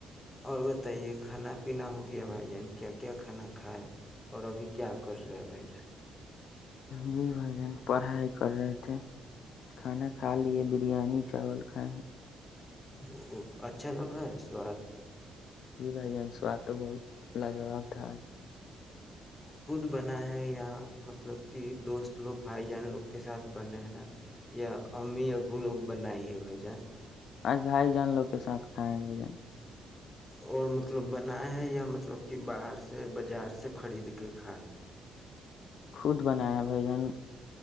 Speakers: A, on the left; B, on the left.
A: اور بتائیے کھانا پینا ہو گیا بھائی جان کیا کیا کھانا کھا ہے اور ابھی کیا کر رہے بھائی جان
B: جی بھائی جان پڑھائی کر رہے تھے کھانا کھا لی بریانی چاول کھائے ہیں
A: ا اچھا لگا ہے سواد
B: جی بھائی جن سواد تو بہت لاجواب تھا آج
A: خود بنا ہے یا مطلب کہ دوست لوگ بھائی جان لوگ کے ساتھ بنے ہیں یا امی ابو لوگ بنائی ہے بھائی جان
B: آج بھائی جان لوگ کے ساتھ کھائے ہیں بھائی جان
A: اور مطلب بنائے ہے یا مطلب کہ باہر سے بازار سے خرید کے کھائے
B: خود بنایا ہے بھائی جن